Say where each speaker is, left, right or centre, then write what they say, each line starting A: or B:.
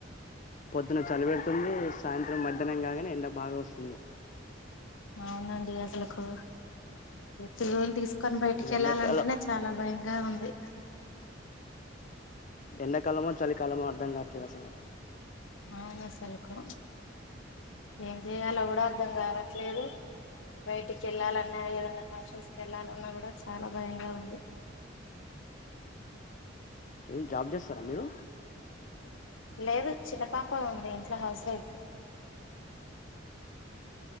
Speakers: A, on the left; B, on the left.
A: పొద్దునా చలి పెడ్ తుంది సాయంత్రం మధ్యాహనం కాగానే ఎండ బాగా వస్తుంది
B: అవునండి అసలకు పిల్లలు తీసు కొని బయటికి
A: ఇది
B: వెళ్ళాలంటేనే
A: ఎండాకాలం
B: చాలా భయంగా ఉంది
A: ఎంకాలమో చలి కాలమో అర్ధం కాట్లేదు అసలే
B: అవును అసలుకు ఏం చేయాలో కూడా అర్ధం కావట్లేదు బయటికి వెళ్ళాలన్నా ఏదనా ఫంక్షన్స్కి వెళ్ళాలన్నా కూడా చాలా భయంగా ఉంది
A: ఏం జాబ్ చేస్తారా మీరు
B: లేదు చిన్నపాప ఉంది ఇంట్లో హౌస్ వైఫ్